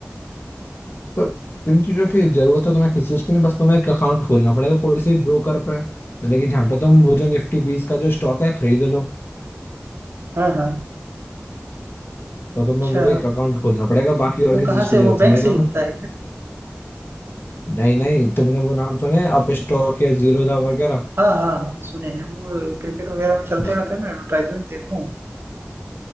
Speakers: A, on the left; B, on the right.
A: पर इन चीज़ों की जरूरत है तुम्हें किसी चीज़ की नहीं बस तुम्हें एक अकाउंट खोलना पड़ेगा कोई से ब्रोकर पे मतलब कि जहाँ पे तुम वो जो निफ्टी बीस का जो स्टॉक है खरीद लो
B: हाँ हाँ
A: तो तुम्हें
B: अच्छा
A: वो एक अकाउंट खोलना पड़ेगा बाकी
B: वो
A: और किसी
B: कहाँ
A: चीज़ की
B: से
A: जरूरत
B: वो बैंक
A: नहीं है तुम्हें
B: से ही होता है क्या
A: नहीं नहीं तुमने वो नाम सुने अप स्टॉक या जीरो दा वगैरह
B: हाँ हाँ सुने हैं वो क्रिकेट वगैरह में चलते
A: हाँ
B: रहता है ना एडवर्टाइजमेंट देखा हूँ